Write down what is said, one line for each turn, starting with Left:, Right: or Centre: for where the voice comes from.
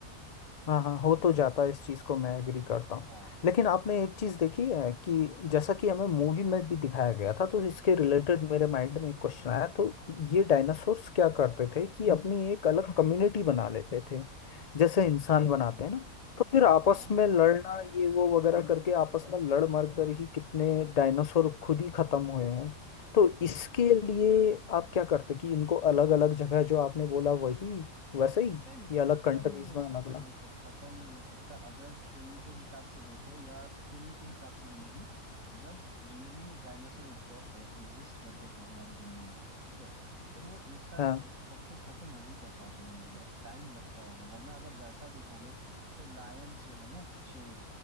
Left: हाँ हाँ हो तो जाता है इस चीज़ को मैं एग्री करता हूँ
Right: हाँ
Left: लेकिन आपने एक चीज़ देखी है कि जैसा कि हमें मूवी में भी दिखाया गया था तो इसके रिलेटेड मेरे माइंड में एक क्वेश्चन आया तो ये डायनासोर्स क्या करते थे कि अपनी एक अलग कम्युनिटी बना लेते थे जैसे इंसान बनाते
Right: हाँ
Left: हैं ना तो फिर आपस
Right: हाँ
Left: में लड़ना ये वो वगैरह करके आपस में लड़ मर कर ही कितने डायनासोर खुद ही खत्म हुए हैं तो इसके लिए आप क्या करते कि इनको अलग अलग जगह जो आपने बोला वही वैसे ही
Right: नहीं नहीं
Left: कि
Right: खत्म
Left: अलग कंट्रीज
Right: नहीं हो
Left: में
Right: सकता
Left: अलग अलग
Right: देखो खत्म नहीं हो सकता अगर फिल्म के हिसाब से देखो या फिल्म के हिसाब से भी नहीं जब रियली में डायनासोर एग्जिस्ट करते थे हमारी दुनिया में ठीक है तो वो एक साथ
Left: हाँ
Right: एक सबको खत्म नहीं कर पाते होंगे यार टाइम लगता होगा वरना अगर वैसा देखोगे तो लायंस जो है ना शेर